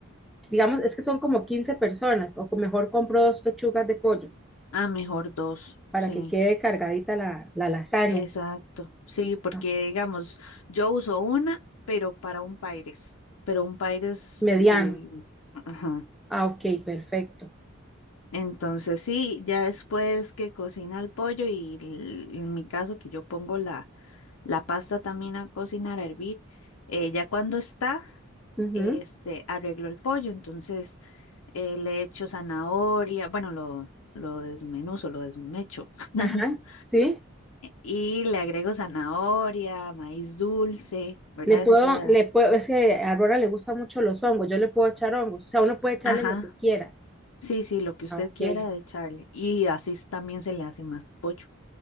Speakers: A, in the centre; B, on the left (about 80°).
A: digamos, es que son como 15 personas, o mejor compro dos pechugas de pollo.
B: Ah, mejor dos, sí,
A: para que quede cargadita la, la lasaña.
B: exacto. Sí, porque
A: Ah,
B: digamos, yo uso una, pero para un Paires, pero un Paires
A: Mediano.
B: del... Ajá.
A: Ah, ok, perfecto.
B: Entonces sí, ya después que cocina el pollo y el- en mi caso que yo pongo la, la pasta también a cocinar, a hervir, eh, ya cuando está,
A: Ujú,
B: este, arreglo el pollo, entonces eh, le echo zanahoria, bueno, lo, lo desmenuzo, lo desmecho. <laughs>
A: Ajá, sí.
B: Y le agrego zanahoria, maíz dulce, ¿verdad?
A: Le puedo,
B: Eso ya.
A: le puedo, es que a Aurora le gustan mucho los hongos, yo le puedo echar hongos, o sea, uno puede echarle
B: Ajá.
A: lo que quiera.
B: Sí, sí, lo que usted
A: Ah, ok,
B: quiera de echarle. Y así s- también se le hace más pollo,